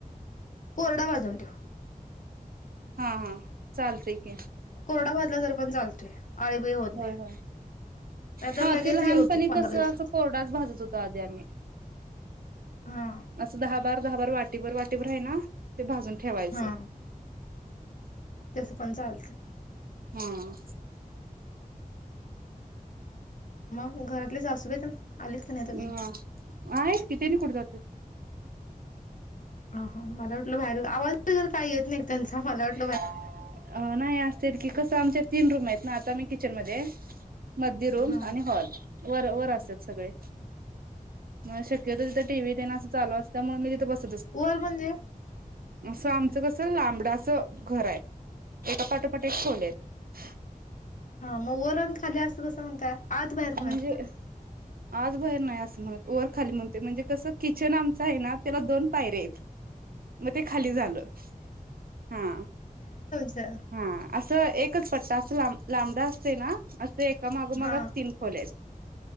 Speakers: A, on the left (about 60°); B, on the right (about 80°).
A: कोरडा भाजून ठेव
B: हा हा चालतंय की
A: कोरडा भाजला तरी पण चालतोय आळीबीळी होत
B: होय
A: नाही
B: होय
A: नाहीतर
B: हा
A: लगेच
B: ते लहानपणी
A: हे होते पंधरा
B: कस
A: दिवसात
B: असं कोरडाच भाजत होतो आधी आम्ही
A: हा
B: असं दहा बार दहाभर वाटीभर वाटीभर आहे ना ते भाजून ठेवायचं
A: हा ं पण चालत
B: हम्म
A: मग घरातली सासूबाई तेन आलीत की नाहीत अजून
B: हम आहेत की तिनी कुठे जातात
A: हा हा मला वाटलं बाहेर आवाबिवाज काही येत नाही त्यांचा मला वाटल
B: अ नाही असतात की कसं आमच्या तीन रूम आहेत ना आता मी किचन मध्ये मधली रूम
A: हा
B: आणि हॉल वर वर असत्यात सगळे म शक्यतो तिथं टी व्ही तेन असं चालू असंतय त्यामुळे मी तिथे बसत
A: वर म्हणजे
B: असं आमचं कसं लांबडा असं घर आहे एका पाठोपाठ एक खोल्या आहेत
A: हा मग वर आनी, खाली अस कसं म्हणताय. आत बाहेर म्हणायचं
B: म्हणजे,,
A: ना
B: आज बाहेर नाही अस म्हणत,, वर, खाली म्हणतोय, म्हणजे कसं किचन आमऽऽ आहे ना त्याला दोन पायर्या आयतं मग ते खाली झालं,,, हा,
A: अ
B: हा असं एकच पट्टा असं, लांब लांबडा असतय ना असं एका मागोमाग
A: हा
B: असं तीन खोल्या आइत